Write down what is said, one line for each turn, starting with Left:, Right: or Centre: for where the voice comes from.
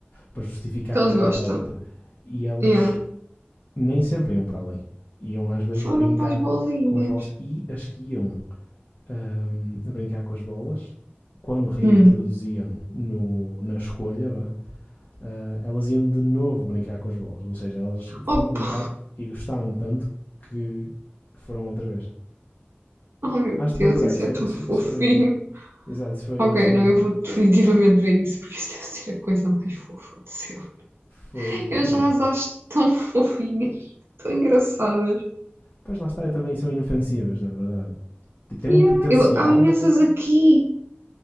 Left: para justificar
Right: Que elas
Left: irem
Right: gostam.
Left: para a outra. E elas
Right: Yeah.
Left: nem sempre iam para ali. Iam às vezes
Right: Foram
Left: brincar
Right: para as bolinhas.
Left: com as bolas e as que iam ahm, a brincar com as bolas. Quando reintroduziam
Right: Hum.
Left: no, na escolha, vá, ah, elas iam de novo brincar com as bolas. Ou seja, elas foram
Right: Opa!
Left: brincar e gostaram tanto que foram outra vez.
Right: Oh meu
Left: Hás de
Right: Deus,
Left: procurar,
Right: isso
Left: isso,
Right: é
Left: é-
Right: tão
Left: isso,
Right: fofinho.
Left: isso foi. Exato, isso foi,
Right: Ok,
Left: isso foi.
Right: não, eu vou definitivamente ver isso, porque isto deve ser a coisa mais fofa do céu.
Left: Foi.
Right: Eu
Left: Exato.
Right: já as acho tão fofinhas, tão engraçadas.
Left: Pois lá está, também são inofensivas, na verdade. Tipo, têm
Right: Yeah,
Left: um potencial
Right: eu, há imensas
Left: a magoar.
Right: aqui.